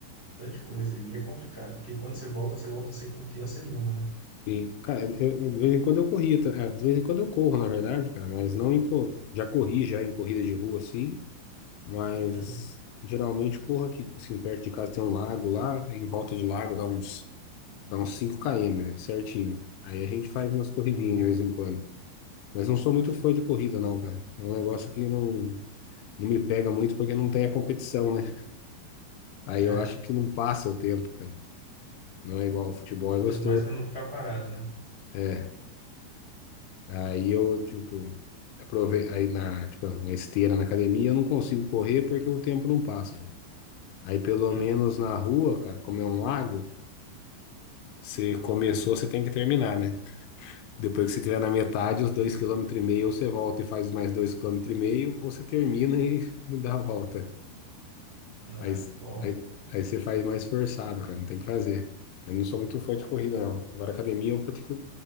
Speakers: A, on the right; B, on the left.
A: tanto de coisa. E é complicado, porque quando você volta, você volta sem confiança nenhuma, né?
B: E, cara, eu, eu- de vez em quando eu corria, tá? É, de vez em quando eu corro, na verdade, cara, mas não em, cor- já corri já em corrida de rua, assim, mas
A: Uhum.
B: geralmente corro aqui, tipo assim, perto de casa tem um lago lá, em volta do lago dá uns, dá uns 5 km, né, certinho. Aí a gente faz umas corridinhas
A: Tá bom.
B: de vez em quando. Mas não sou muito fã de corrida, não, cara. É um negócio que não, não me pega muito porque não tem a competição, né? Aí
A: É,
B: eu acho que não passa o tempo, cara. Não é igual ao futebol, é
A: faz
B: gostoso.
A: mais para não ficar parado, né?
B: É, Aí eu, tipo, aprove... aí na, tipo, na esteira, na academia, eu não consigo correr porque o tempo não passa, né? Aí pelo
A: Uhum.
B: menos
A: <laughs>
B: na rua, cara, como é um lago, você começou, você tem que terminar, né? Depois que você estiver na metade, os dois quilômetros e meio, ou você volta e faz mais dois quilômetros e meio, ou você termina e, <laughs> e dá a volta.
A: É,
B: Aí,
A: bom,
B: aí, aí você faz mais forçado, cara, não tem o que fazer. Eu não sou muito fã de corrida, não. Agora academia eu pratico